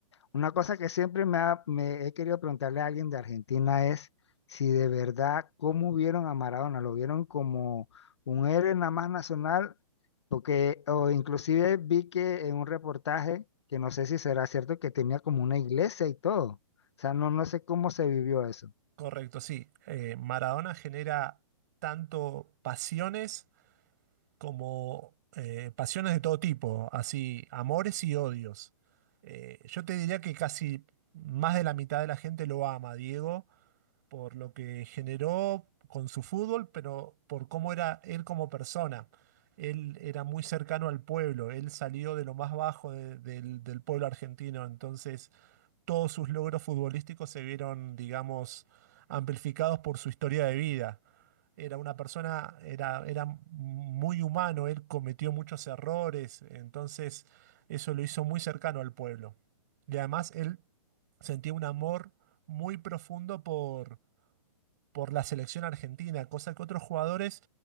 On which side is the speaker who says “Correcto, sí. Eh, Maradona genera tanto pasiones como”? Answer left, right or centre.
Right